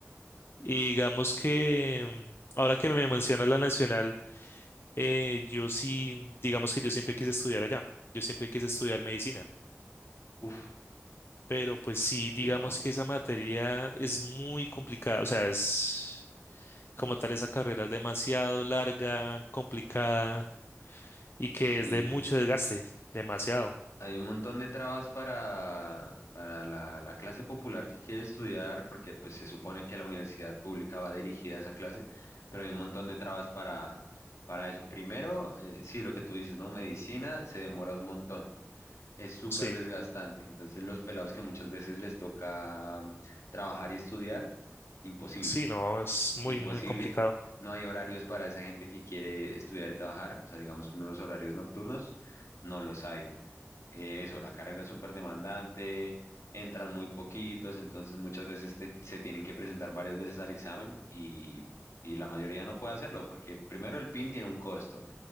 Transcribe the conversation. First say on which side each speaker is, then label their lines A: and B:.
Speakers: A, on the left; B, on the left.
A: Y digamos que mm, ahora que me menciona la nacional, eh, yo sí, digamos que yo siempre quise estudiar allá. Yo siempre quise estudiar medicina.
B: Uf,
A: Pero pues sí,
B: complicado.
A: digamos que esa materia es muy complicada. O sea, es como tal, esa carrera es demasiado larga, complicada. y que
B: Sí.
A: es de mucho desgaste, demasiado.
B: Hay un montón de trabas para, para la, la clase popular que quiere estudiar, porque pues se supone que la universidad pública va dirigida a esa clase, pero hay un montón de trabas para, para eso. Primero, eh, sí, lo que tú dices, ¿no? Medicina se demora un montón, es súper
A: Sí,
B: desgastante. Entonces los pelados que muchas veces les toca mm, trabajar y estudiar, imposible,
A: sí, no, es muy,
B: imposible.
A: muy complicado.
B: No hay horarios para esa gente que quiere estudiar y trabajar, o sea, digamos, unos horarios nocturnos, no los hay eh, eso, la carrera es súper demandante, entran muy poquitos, entonces muchas veces te- se tienen que presentar varias veces al examen y, y la mayoría no puede hacerlo porque primero el PIN tiene un costo,